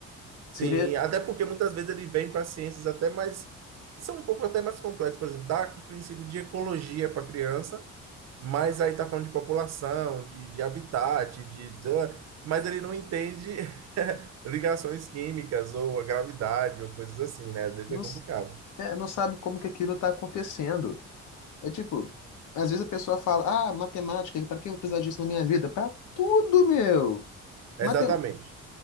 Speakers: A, on the right; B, on the left.
A: Sim,
B: Seria.
A: até porque muitas vezes ele vem para ciências até mais que são um pouco até mais complexas, por exemplo, dá o princípio de ecologia para a criança Mas aí tá falando de população, de, de habitat, de, tã, mas ele não entende <laughs> ligações químicas ou a gravidade ou coisas assim, né? Às vezes
B: Não,
A: é complicado.
B: s- é, não sabe como que aquilo está acontecendo. É tipo. Às vezes a pessoa fala, ah, matemática, para que eu vou precisar disso na minha vida? Para tudo, meu!
A: Exatamente.
B: Matemática.